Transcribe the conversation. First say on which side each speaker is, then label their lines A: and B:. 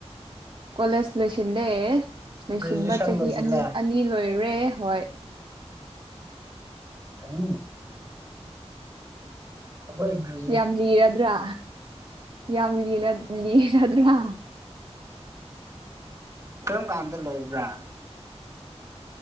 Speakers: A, on the right; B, on the right.
A: ꯀꯣꯂꯦꯖ ꯂꯣꯏꯁꯤꯜꯂꯦ ꯂꯣꯏꯁꯤꯟꯕ
B: ꯒ꯭ꯔꯦꯖꯨꯑꯦꯁꯟ
A: ꯆꯍꯤ
B: ꯂꯣꯏꯁꯤꯜꯂꯦ
A: ꯑꯅꯤ ꯑꯅꯤ ꯂꯣꯏꯔꯦ ꯍꯣꯏ
B: ꯎꯪ ꯑꯈꯣꯏꯒꯤ
A: ꯌꯥꯝ ꯂꯤꯔꯗ꯭ꯔꯥ ꯌꯥꯝ ꯂꯤꯔꯗ꯭ꯔꯥ
B: ꯀꯔꯝ ꯀꯥꯟꯗ ꯂꯣꯏꯕ꯭ꯔꯥ